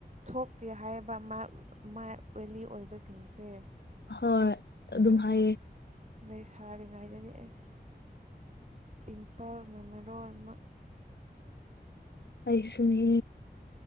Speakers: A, on the right; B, on the left.
A: ꯊꯣꯛꯇꯦ ꯍꯥꯏꯌꯦꯕ ꯃꯥ ꯃꯥꯥꯏ ꯑꯣꯏꯂꯤ ꯑꯣꯏꯕꯁꯤꯡꯁꯦ꯫
B: ꯍꯣꯏ꯫ ꯑꯗꯨꯝ
A: ꯑꯗꯨ
B: ꯍꯥꯏꯌꯦ
A: ꯂꯩꯁꯥꯔꯤꯉꯩꯗꯗꯤ ꯑꯦꯁ ꯄꯤꯝꯄꯜꯁꯅ ꯃꯔꯣꯟ ꯑꯃ꯫
B: ꯑꯩꯁꯨꯅꯤ